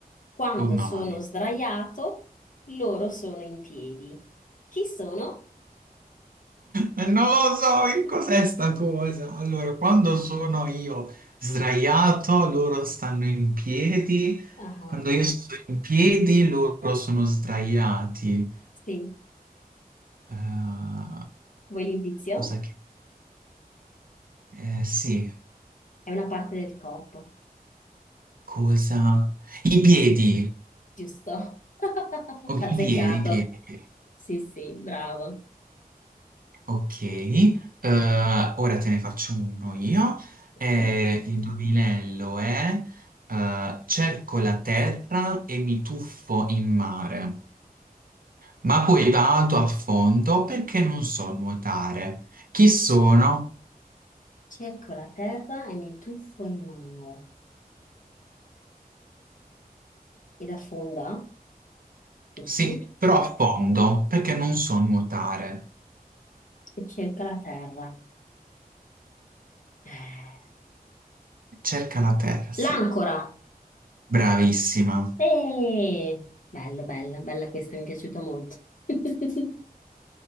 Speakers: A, on the left (about 55°); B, on the right (about 65°).
A: Quando
B: Oh no,
A: sono
B: mamma mia.
A: sdraiato, loro sono in piedi. Chi sono?
B: E Non lo so che
A: <laughs>
B: cos'è sta cosa. Allora, quando sono io sdraiato, loro stanno in piedi.
A: Ah,
B: Quando io sto in piedi, loro sono sdraiati.
A: sì,
B: Eh,
A: vuoi l'indizio?
B: cosa che... eh, sì,
A: È una parte del corpo.
B: cosa... I piedi.
A: Giusto. <laughs>
B: Oh,
A: Azzeccato.
B: i piedi, i piedi.
A: Sì, sì, bravo.
B: Ok, eh, ora te ne faccio uno io.
A: Ok.
B: Eh, l'indovinello è eh, cerco la terra e mi tuffo in mare, ma poi vado a fondo perché non so nuotare. Chi sono?
A: Cerco la terra e mi tuffo in mare. Ed affonda, giusto?
B: Sì, però a fondo perché non so nuotare.
A: E cerca la terra. Eh,
B: Cerca la terra, sì.
A: L'ancora.
B: Bravissima.
A: Eh, bello, bella, bella questa, mi è piaciuta molto. <laughs>